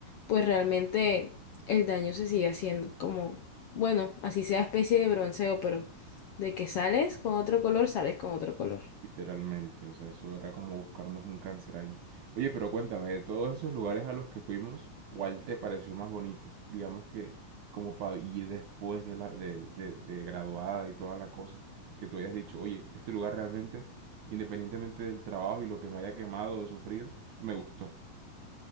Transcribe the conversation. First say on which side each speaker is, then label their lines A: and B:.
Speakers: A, on the left; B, on the right.
A: pues realmente el daño se sigue haciendo. Como, bueno, así sea especie de bronceo, pero de que sales con otro color, sales con otro color.
B: Literalmente, o sea, eso era como buscarnos un cáncer ahí. Oye, pero cuéntame, de todos esos lugares a los que fuimos, ¿cuál te pareció más bonito? Digamos que como para ir después de la de, de, de graduada y toda la cosa, que tú hayas dicho, oye, este lugar realmente, independientemente del trabajo y lo que me haya quemado o sufrido, me gustó.